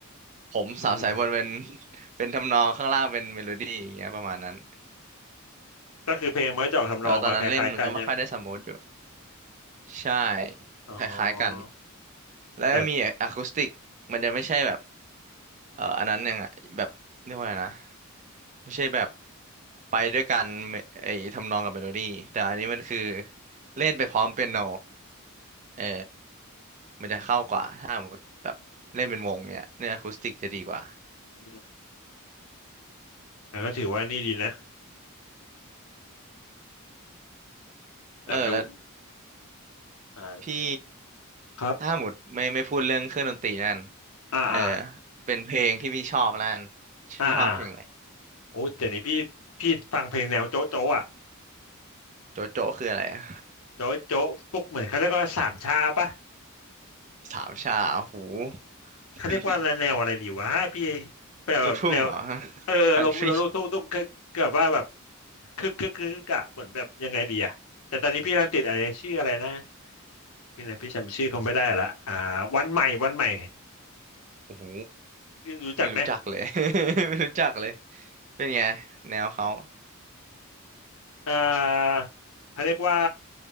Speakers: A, on the right; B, on the left.
A: ผมสาวสายบนเป็น
B: อืม
A: เป็นทำนองข้างล่างเป็นเมโลดี้อย่างเงี้ยประมาณนั้น
B: ก็คือเพลงมันก็จะออกทำนองมาคล้ายๆกันใช่ไหม
A: แต่ว่าตอนนั้นเล่นมันก็ไม่ค่อยได้สมูทอยู่ใช่
B: อ๋อ
A: คล้ายๆกันแล้วมีอะคูสติกมันจะไม่ใช่แบบ
B: แต่
A: เอ่ออันนั้นยังไงแบบเรียกว่าอะไงนะไม่ใช่แบบไปด้วยกันเมไอ้ทำนองกับเมโลดี้แต่อันนี้มันคือเล่นไปพร้อมเปียโนเออมันจะเข้ากว่าถ้าสมมติแบบเล่นเป็นวงเนี่ยเนี่ยอะคูสติกจะดีกว่า
B: อืมแต่ก็ถือว่านี่ดีนะแบบรู้
A: เออแล้ว
B: อ่า
A: พี่
B: ครับ
A: ถ้าหมดไม่ไม่พูดเรื่องเครื่องดนตรีนั่น
B: อ่าอ่า
A: เออเป็นเพลงที่พี่ชอบแล้วกัน
B: อ่าอ่า
A: พี่ชอบเพลงอะไร
B: โอ้แต่นี้พี่พี่ฟังเพลงแนวโจ๊ะโจ๊ะอ่ะ
A: โจโจ้คืออะไรอะ
B: โจ๊ะโจ๊ะพวกเหมือนเขาเรียกว่าสามชาปะ
A: <laughs> สามชาโอ้โห
B: เขาเรียกว่าอะไรแนวอะไรดีวะพี่
A: <laughs>
B: แบบแนว
A: ลูกทุ่งเหรอ
B: เอออารมลมณ์ตุ้งตุ้งคือแบบว่าแบบ
A: คันทรี
B: คึกคึกคึกคึกอะเหมือนแบบยังไงดีอะแต่ตอนนี้พี่กำลังติดอะไรชื่ออะไรนะพี่นะพี่จำชื่อเขาไม่ได้ละอ่าวันใหม่วันใหม่
A: โอ้โห
B: พี่รู้จักไหม
A: ไม่รู้จักเลย <laughs> ไม่รู้จักเลยเป็นไงแนวเขา
B: อ่าเขาเรียกว่า